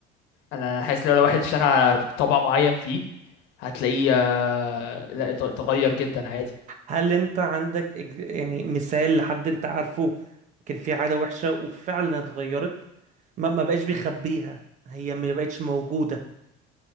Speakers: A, on the left (about 75°); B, on the right (about 40°).
A: انا حاسس لو لو واحد اشتغل على طبع معين فيه هتلاقيه آه، لا ات- اتغير جدا عادي
B: هل انت عندك إج- يعني مثال لحد انت عارفه كان فيه عادة وحشة وفعلا اتغيرت ما ما بقاش بيخبيها هي ما بقتش موجودة